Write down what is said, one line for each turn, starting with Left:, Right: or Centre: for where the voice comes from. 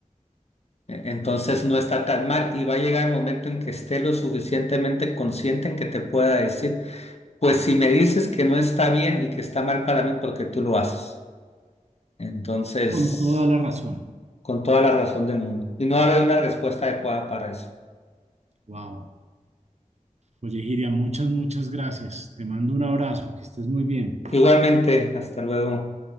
Left: E- Entonces no está tan mal y va a llegar el momento en que esté lo suficientemente consciente en que te pueda decir, pues si me dices que no está bien y que está mal para mí porque tú lo haces. Entonces,
Right: Con toda la razón.
Left: con toda la razón del mundo. Y no va a haber una respuesta adecuada para eso.
Right: Wow. Oye, Giria, muchas, muchas gracias. Te mando un abrazo, que estés muy bien.
Left: Igualmente, hasta luego.